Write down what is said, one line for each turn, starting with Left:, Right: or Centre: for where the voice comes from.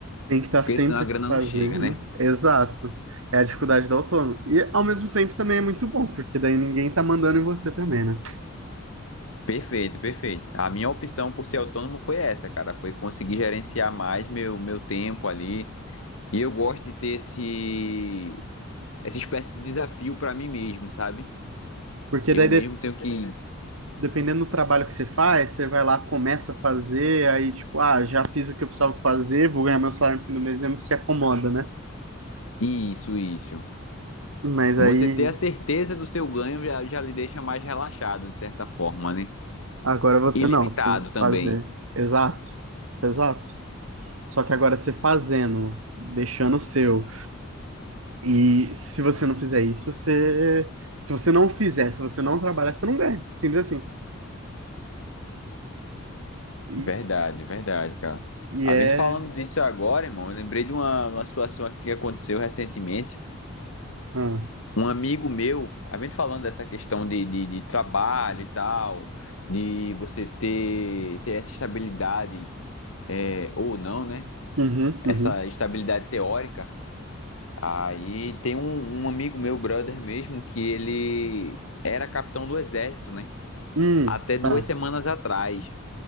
Right: tem que estar
Left: porque
Right: sempre
Left: senão a grana
Right: fazendo.
Left: não chega, né?
Right: Exato. É a dificuldade do autônomo. E ao mesmo tempo também é muito bom, porque daí ninguém tá mandando em você também, né?
Left: Perfeito, perfeito. A minha opção por ser autônomo foi essa, cara. Foi conseguir gerenciar mais meu, meu tempo ali. E eu gosto de ter esse, essa espécie de desafio pra mim mesmo, sabe?
Right: Porque
Left: Eu
Right: daí,
Left: mesmo
Right: de-
Left: tenho que
Right: dependendo do trabalho que você faz, você vai lá, começa a fazer, aí tipo, ah, já fiz o que eu precisava fazer, vou ganhar meu salário no fim do mês mesmo, se acomoda, né?
Left: Isso, isso.
Right: Mas
Left: Você
Right: aí,
Left: ter a certeza do seu ganho já, já lhe deixa mais relaxado, de certa forma, né?
Right: agora você
Left: E limitado
Right: não, tem que
Left: também.
Right: fazer. Exato. Exato. Só que agora você fazendo, deixando o seu. E se você não fizer isso, você. Se você não fizer, se você não trabalhar, você não ganha. Simples assim. E,
Left: Verdade, verdade, cara.
Right: e
Left: A
Right: é.
Left: gente falando disso agora, irmão, eu lembrei de uma, uma situação aqui que aconteceu recentemente.
Right: Ah.
Left: Um amigo meu, a gente falando dessa questão de, de, de trabalho e tal, de você ter, ter essa estabilidade, é, ou não, né?
Right: Uhum,
Left: Essa
Right: uhum.
Left: estabilidade teórica. Aí tem um, um amigo meu, brother mesmo, que ele era capitão do exército, né?
Right: Hum,
Left: Até duas
Right: tá.
Left: semanas atrás.